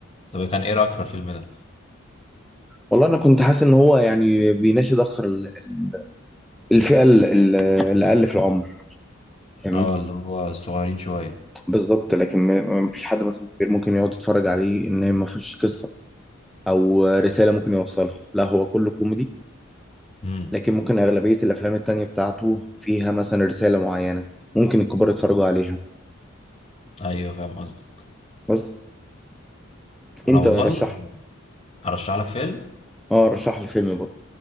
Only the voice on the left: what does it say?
طب كان ايه رأيك في الفيلم ده؟
اه اللي هو الصغيرين شوية
امم
ايوه فاهم قصدك
انا والله
هرشح لك فيلم